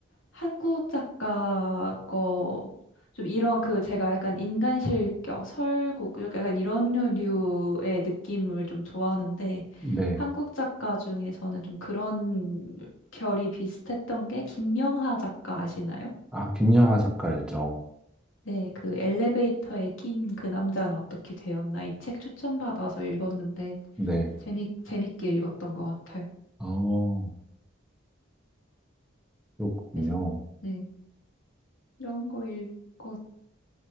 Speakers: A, on the left; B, in the centre.
A: 한국 작가 거 좀 이런 그 제가 약간 인간 실격, 설국 약간 이런 류의 느낌을 좀 좋아하는데
B: 네.
A: 한국 작가 중에 저는 좀 그런 결이 비슷했던 게 김명하 작가 아시나요?
B: 아, 김영하 작가 알죠?
A: 네, 그 엘리베이터에 낀 그 남자는 어떻게 되었나 이 책 추천받아서 읽었는데
B: 네.
A: 재미 재밌게 읽었던 것 같아요.
B: 어, 그렇군요.
A: 그래서 네. 이런 거 읽었고,